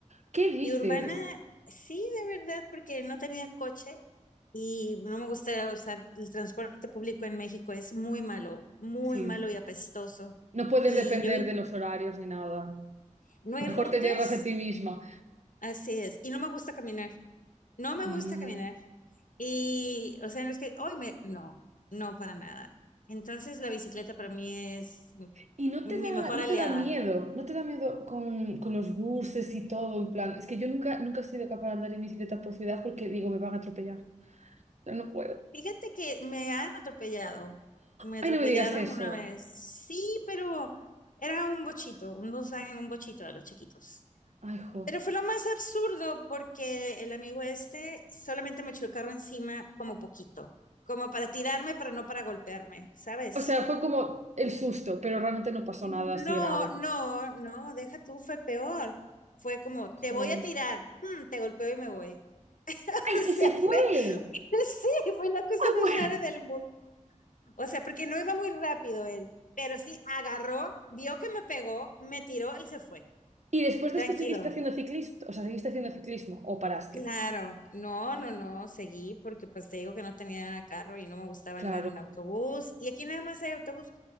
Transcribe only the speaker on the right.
¿Qué dices?
Sí,
no puedes
depender
de los horarios ni nada.
Mejor
te llevas a ti misma.
Mm.
Y no
te da,
no
te da miedo, no te da miedo con, con los buses y todo, en plan. Es que yo nunca, nunca he sido capaz de andar en bicicleta por ciudad porque digo, me van a atropellar. Pero no puedo.
Ay, no me digas eso.
Ay, jo.
O sea, fue como el susto, pero realmente no pasó
nada así grave.
Jo.
¡Ay,
y se
fue!
Ah,
bueno.
Y después de
esto seguiste haciendo ciclismo, o sea, seguiste haciendo ciclismo o paraste.
Claro.